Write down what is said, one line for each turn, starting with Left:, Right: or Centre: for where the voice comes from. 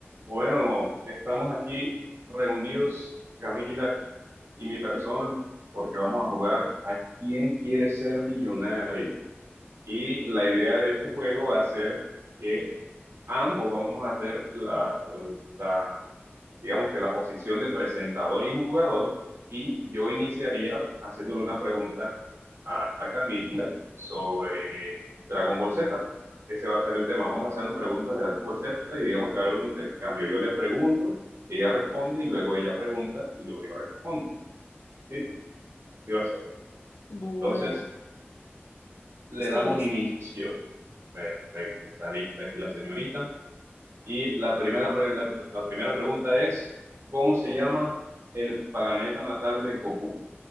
Right: Bueno, estamos aquí reunidos, Camila y mi persona, porque vamos a jugar a quién quiere ser millonario. Y la idea de este juego va a ser que ambos vamos a hacer la, la- digamos que la posición de presentador y jugador. Y yo iniciaría haciéndole una pregunta a, a Camila sobre Dragon Ball Z. Ese va a ser el tema. Vamos a hacernos preguntas de Dragon Ball Z y digamos que va a haber un intercambio. Yo le pregunto, ella responde y luego ella pregunta y luego yo respondo. ¿Sí? Así va a ser.
Left: Bueno,
Right: Entonces, le
Left: estoy
Right: damos
Left: lista.
Right: inicio. Perfecto, está lista aquí la señorita. Y la primera, pre- la, la primera pregunta es, ¿cómo se llama el planeta natal de Goku?